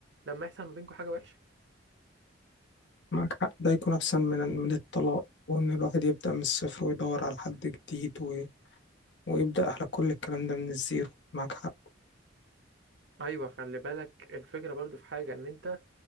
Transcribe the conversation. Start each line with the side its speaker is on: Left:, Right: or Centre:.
Right: لما يحصل ما بينكم حاجة وحشة
Left: معك حق ده يكون أحسن من من الطلاق وإن الواحد يبدأ من الصفر ويدور على حد جديد و... ويبدأ على كل الكلام ده من الزيرو معك حق
Right: ايوه خلي بالك الفكرة برضو في حاجة ان انت